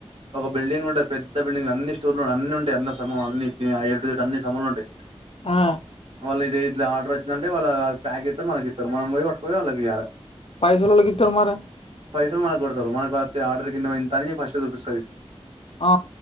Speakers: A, on the right (about 60°); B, on the left (about 60°).
A: ఒక బిల్డింగ్ ఉంటది పెద్ద బిల్డింగ్ అన్ని చూరు అన్ని ఉంటయి అన్న సమం అన్ని ఆ ఏ అన్ని సమముంలో ఉంటాయి
B: ఆ
A: వాళ్ళ ఇది ఇట్లా ఆర్డర్ వచ్చింది అంటే వాళ్ళ ప్యాక్ చేసే మనకి ఇస్తరూ మం పోయి పట్కపోయి వాళ్ళ ఇవ్యి
B: పైసలు ఎవరికి ఇస్తారు మరి
A: పైసలు మనకు కొడతారు మనకు ఆర్డర్ కిందంతా ఫస్ట్ చూపిస్తుంది
B: ఆ